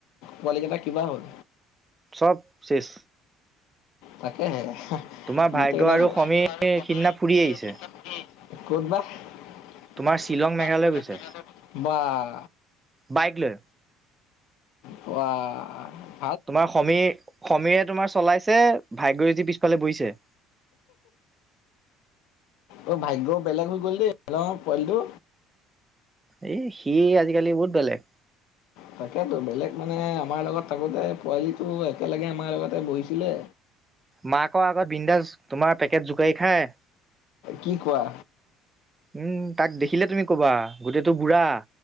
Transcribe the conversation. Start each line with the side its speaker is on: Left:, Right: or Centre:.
Left: পোৱালি কিটা কিবা হ'ল?
Right: চব শেষ।
Left: তাকেহে।
Right: তোমাৰ
Left: গোটেই
Right: ভাগ্য
Left: কেইটা <unintelligible>
Right: আৰু সমীৰ সিদিনা ফুৰি আহিছে
Left: ক'ত বা? <unintelligible>
Right: তোমাৰ শ্বিলং মেঘালয় গৈছে
Left: বাহ।
Right: বাইক লৈ।
Left: ওৱা।
Right: তোমাৰ সমীৰ, সমীৰে তোমাৰ চলাইছে, ভাগ্যয়ে যি পিছফালে বহিছে।
Left: অ', ভাগ্য বেলেগ হৈ গ'ল দেই, ন পোৱালিটো।
Right: এই, সি আজিকালি বহুত বেলেগ।
Left: তাকেতো, বেলেগ মানে আমাৰ লগত থাকোতে পোৱালিটো একেলগে আমাৰ লগতে বহিছিলে।
Right: মাকৰ আগত বিন্দাছ তোমাৰ পেকেট জোকাৰি খায়।
Left: কি কোৱা।
Right: উম, তাক দেখিলে তুমি কবা, গোটেটো বুঢ়া।